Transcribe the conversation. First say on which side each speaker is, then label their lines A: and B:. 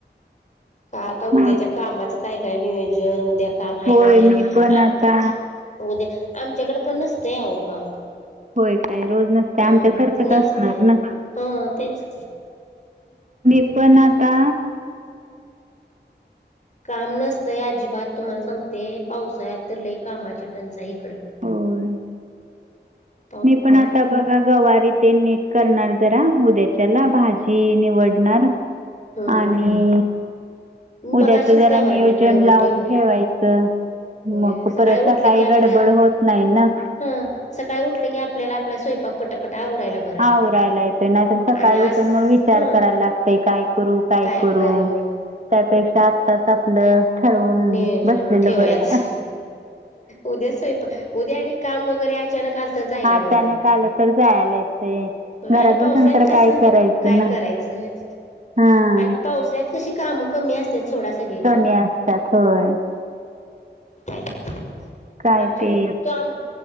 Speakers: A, on the left; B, on the right.
A: का आता
B: म
A: उद्याच्या कामाचं काय काय नियोजन उद्या काम आहे
B: होय
A: की नाही
B: मी पण
A: आम''--''
B: आता
A: उद्या आमच्याकडे पण नसतं अव काम.
B: होय काय रोज नसते
A: अं
B: आमच्यासारखंच
A: नसतंय
B: असणार ना.
A: हा तेच.
B: मी पण आता.
A: काम नसतंय अजिबात तुम्हाला सांगते पावसाळ्या तर लई कामाची टंचाई इकडं.
B: होय
A: <inaudible>
B: मी पण आता बघ. गवारी ते नीट करणार जरा उद्याच्याला भाजी निवडणार.
A: हम्म
B: आणि. उद्याच
A: मगाशीच
B: जरा
A: गवार
B: नियोजन
A: नीट करून
B: लावून
A: ठेवली
B: ठेवायचं.
A: होय
B: मग परत
A: उठलं
B: सकाळी
A: की आपलं
B: गडबड होत नाही ना.
A: हं सकाळी उठले की आपल्या आपला स्वयंक पटापटा आवरायला. बरा
B: आं ऊ राहांयला येतोय नाहींतर सकाळीं
A: आणि आज
B: ऊंठून मंग विचार
A: हं
B: करायला लागतं कायं करूं कायं
A: काय
B: करूं
A: करू
B: त्यांपेक्षा आत्ताचं आपलं ठरवून
A: नियोजंन
B: बसलेलं
A: ठेवायचं
B: बरं
A: उद्यां स्वयंपाक उद्यां आणि कामं वगैरें अचानक आलं तरं जायलां
B: अचानक
A: बरं
B: आलं तर जायला येतय घरात
A: आणि
B: बसून
A: पाऊस य
B: तर
A: कसं
B: काय करायचं
A: कायं
B: ना
A: करायचं हेंच की
B: हा
A: आणि पावसाळ्यांत कशी कामं कमी असतं थोडां सगळीकडं
B: कमी असतात होय
A: कायं करायचं
B: काय
A: आमच्यांक
B: ते
A: तो आंम